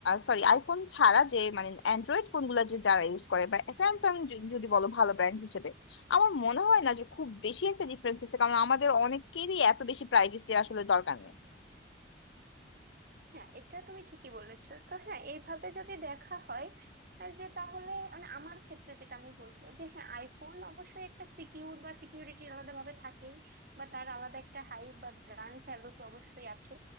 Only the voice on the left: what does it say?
সরি আইফোন ছাড়া যে মানে অ্যান্ড্রয়েড ফোনগুলো যে যারা ইউজ করে বা স্যামসাং যদি বলো ভালো ব্র্যান্ড হিসেবে আমার মনে হয় না যে খুব বেশি একটা ডিফারেন্স আছে কারণ আমাদের অনেকেরই এত বেশি প্রাইভেসির আসলে দরকার নেই